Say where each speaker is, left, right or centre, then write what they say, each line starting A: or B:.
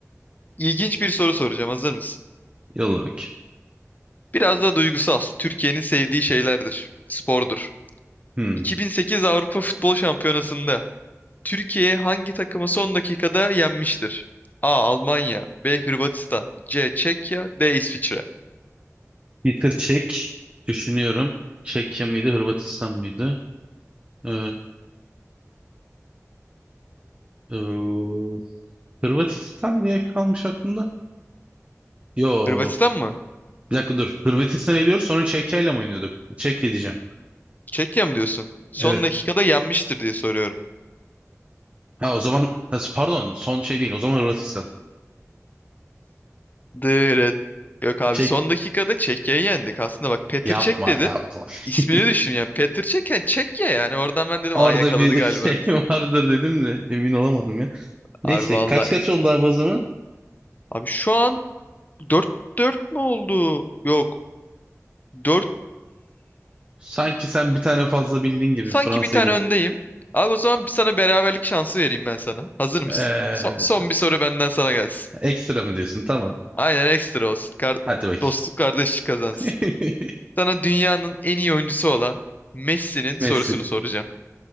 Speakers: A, on the left (about 30°); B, on the right (about 25°).
A: ilginç bir soru soracağım. Hazır mısın?
B: Yolla bakayım.
A: Biraz da duygusal. Türkiye'nin sevdiği şeylerdir. Spordur.
B: Hmm.
A: 2008 Avrupa Futbol Şampiyonası'nda Türkiye hangi takımı son dakikada yenmiştir? A. Almanya B. Hırvatistan C. Çekya D. İsviçre
B: Peter Çek. Düşünüyorum. Çekya mıydı, Hırvatistan mıydı? Ee, ee, Hırvatistan diye kalmış aklımda. Yo.
A: Hırvatistan mı?
B: Bir dakika dur. Hırvatistan eliyoruz sonra Çekya'yla mı oynuyorduk? Çekya diyeceğim.
A: Çekya mı diyorsun? Son
B: Evet.
A: dakikada yenmiştir diye soruyorum.
B: Ha o zaman ha, pardon son şey değil o zaman Hırvatistan.
A: Dırıt. Yok abi
B: Şey
A: son dakikada Çekya'yı yendik. Aslında bak Petr
B: yapma
A: Çek dedin.
B: yapma. <laughs>
A: İsmini düşün yani. Petr Çek yani Çekya yani. Oradan ben dedim
B: Orada
A: aa yakaladı
B: bir
A: galiba
B: şey
A: biz.
B: <laughs> vardır dedim de emin olamadım ya. Neyse
A: Abi vallahi.
B: kaç kaç oldu abi o zaman?
A: Abi şu an dört dört mü oldu? Yok. dört
B: Sanki sen bir tane fazla bildiğin gibi
A: sanki
B: Fransa'yı
A: bir tane
B: da
A: öndeyim. Abi o zaman bir sana beraberlik şansı vereyim ben sana. Hazır mısın?
B: Ee,
A: Son, son bir soru benden sana gelsin.
B: ekstra mı diyorsun? Tamam.
A: Aynen ekstra olsun. Kar-
B: Hadi bakayım.
A: dostluk kardeşlik kazansın.
B: <laughs>
A: Sana dünyanın en iyi oyuncusu olan Messi'nin sorusunu
B: Messi.
A: soracağım.